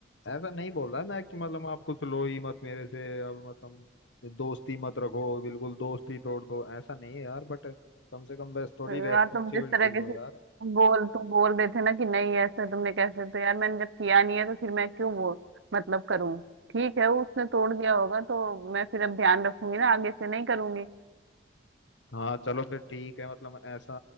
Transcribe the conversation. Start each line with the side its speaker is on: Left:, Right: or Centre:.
Left: ऐसा नहीं बोल रहा मैं कि मतलब आप कुछ लो ही मत मेरे से अब मतलब ये दोस्ती मत रखो बिल्कुल दोस्ती तोड़ दो ऐसा नहीं है यार बट कम से कम बस थोड़ी
Right: तो
Left: रेस्पॉन्सिबिलिटी
Right: यार तुम जिस तरीके
Left: लो
Right: से
Left: यार
Right: तुम बोल तुम बोल रहे थे ना कि नहीं ऐसे तुमने कैसे तो यार मैंने जब किया नहीं है तो फिर मैं क्यों वो मतलब करूं ठीक है वो उसने तोड़ दिया होगा तो मैं फिर अब ध्यान रखूंगी ना आगे से नहीं करूंगी
Left: हाँ चलो फिर ठीक है मतलब ऐसा